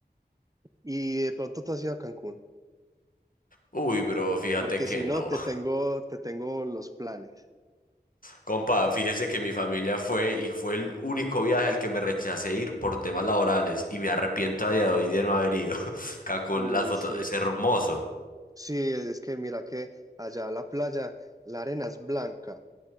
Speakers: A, on the right; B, on the left.
A: Y de pronto tú has ido a Cancún,
B: Uy, bro, fíjate
A: porque
B: que
A: si no,
B: no.
A: te tengo, te tengo los planes.
B: Compa, fíjese que mi familia fue y fue el único viaje al que me rechacé ir por temas laborales y me arrepiento a día de hoy de no haber ido. <laughs> Cancún,
A: Uy,
B: las fotos,
A: sí,
B: es hermoso.
A: sí, es que mira que allá la playa, la arena es blanca,